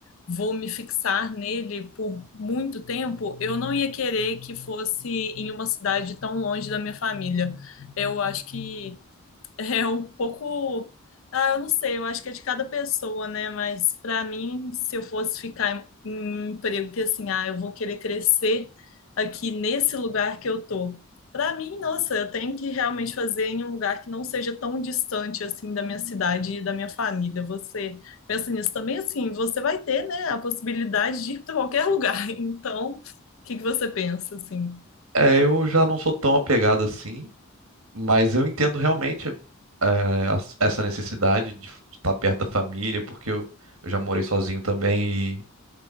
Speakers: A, on the left; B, on the right.
A: vou me fixar nele por muito tempo, eu não ia querer que fosse em uma cidade tão longe da minha família. Eu acho que é um pouco, ah, eu não sei, eu acho que é de cada pessoa, né? Mas para mim, se eu fosse ficar em em um emprego que assim, ah, eu vou querer crescer aqui nesse lugar que eu tô. Para mim, nossa, eu tenho que realmente fazer em um lugar que não seja tão distante assim da minha cidade e da minha família. Você pensa nisso também, assim, você vai ter, né, a possibilidade de ir para qualquer lugar. <laughs> Então, o que que você pensa, assim?
B: É, eu já não sou tão apegado assim, mas eu entendo realmente é, as- essa necessidade de f- estar perto da família, porque eu, eu já morei sozinho também e